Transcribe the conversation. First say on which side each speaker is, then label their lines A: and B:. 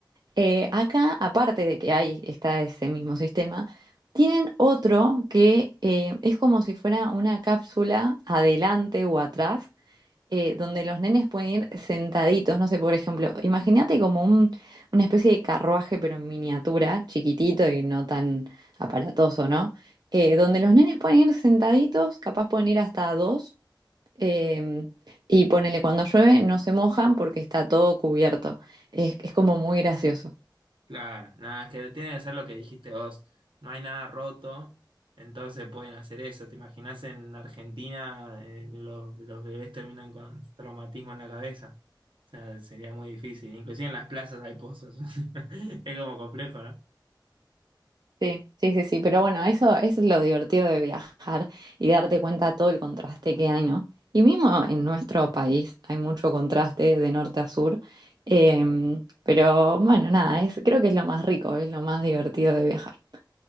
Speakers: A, on the right (about 55°); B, on the right (about 80°).
A: Eh, acá, aparte de que hay, está ese mismo sistema, tienen otro que eh, es como si fuera una cápsula adelante o atrás eh, donde los nenes pueden ir sentaditos, no sé, por ejemplo, imagínate como un, una especie de carruaje, pero en miniatura, chiquitito y no tan aparatoso, ¿no? Eh, donde los nenes pueden ir sentaditos, capaz pueden ir hasta dos, eh, y ponele cuando llueve, no se mojan porque está todo cubierto. Es, es como muy gracioso.
B: Claro, nada, es que tiene que ser lo que dijiste vos. No hay nada roto, entonces pueden hacer eso. ¿Te imaginas en Argentina eh, los, los bebés terminan con traumatismo en la cabeza? O sea, sería muy difícil. Inclusive en las plazas hay pozos. <laughs> Es como complejo, ¿no?
A: Sí, sí, sí, sí, pero bueno, eso, eso es lo divertido de viajar y darte cuenta todo el contraste que hay, ¿no? Y mismo en nuestro país hay mucho contraste de norte a sur, em, pero bueno, nada, es, creo que es lo más rico, es lo más divertido de viajar.